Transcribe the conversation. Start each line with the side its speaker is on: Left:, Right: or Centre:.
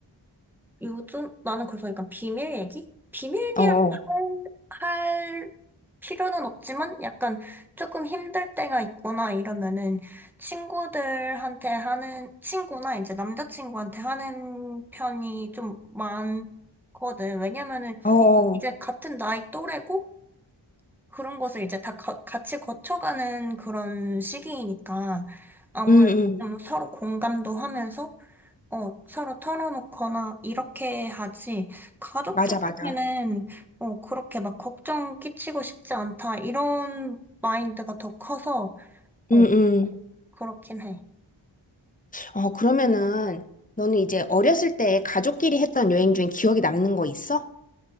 Centre: 요즘 나는 그래서 약간 비밀 얘기? 비밀이라
Left: 어, 어,
Centre: 할, 할 필요는 없지만 약간 조금 힘들 때가 있거나 이러면은 친구들한테 하는, 친구나 이제 남자친구한테 하는 편이 좀 많거든. 왜냐면은
Left: 어.
Centre: 이제 같은 나이 또래고 그런 것을 이제 다 가- 같이 거쳐가는 그런 시기이니까 아무래도
Left: 음, 음,
Centre: 좀 서로 공감도 하면서 어, 서로 털어놓거나 이렇게 하지. 가족들한테는
Left: 맞아, 맞아.
Centre: 어, 그렇게 막 걱정 끼치고 싶지 않다. 이런 마인드가 더 커서 어,
Left: 음, 음.
Centre: 그렇긴 해.
Left: 어, 그러면은, 너는 이제 어렸을 때 가족끼리 했던 여행 중에 기억에 남는 거 있어?